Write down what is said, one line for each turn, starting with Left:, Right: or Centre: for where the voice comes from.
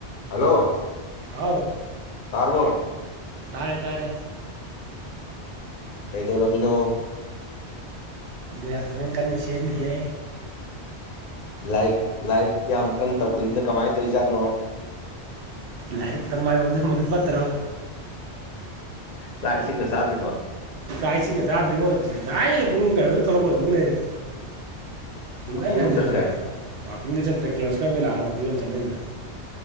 Left: hello
Right: ꯍꯥꯎ
Left: ꯇꯥꯔꯕꯣ
Right: ꯇꯥꯔꯦ ꯇꯥꯔꯦ
Left: ꯀꯩꯗꯧꯔꯝꯃꯤꯅꯣ
Right: ꯗꯤꯖꯔꯇꯦꯁꯟ ꯀꯟꯅ ꯁꯦꯝꯃꯤꯌꯦ
Left: ꯂꯥꯏꯔꯤꯛ ꯂꯥꯏꯔꯤꯛ ꯌꯥꯝ ꯀꯟꯅ ꯇꯧꯈꯠꯂꯛꯏꯁꯤꯅ ꯀꯃꯥꯏꯅ ꯇꯧꯔꯤꯖꯥꯠꯅꯣ
Right: ꯂꯥꯏꯔꯤꯛꯇ ꯃꯥꯏ ꯑꯣꯟꯁꯤꯟꯕꯅ ꯐꯠꯇ꯭ꯔꯣ
Left: ꯆꯥꯛ ꯏꯁꯤꯡꯒ ꯆꯥꯗ꯭ꯔꯤꯕꯣ
Right: ꯆꯥꯛ ꯏꯁꯤꯡꯒ ꯆꯥꯗ꯭ꯔꯤꯕꯣ ꯉꯁꯥꯏꯗꯩ ꯄꯨꯨꯡ ꯀꯩꯅꯣꯗꯩ ꯊꯣꯛꯂꯛꯄꯗꯨ ꯍꯧꯖꯤꯛꯄꯣ ꯂꯩꯔꯤ ꯁꯨꯡꯍꯟ
Left: ꯋꯥꯥꯛꯀꯤꯡ ꯅꯨꯡ
Right: ꯍꯟꯖꯤꯟꯗ꯭ꯔꯦ
Left: ꯆꯠꯇ꯭ꯔꯦ
Right: ꯋꯥꯀꯤꯡꯒ ꯆꯠꯇ꯭ꯔꯦ ꯀꯤꯂꯣꯁꯀꯔ ꯃꯣꯏ ꯂꯑꯅꯤ ꯋꯥꯀꯤꯡꯒ ꯑꯃꯇ ꯆꯠꯅꯈꯤꯗ꯭ꯔꯦ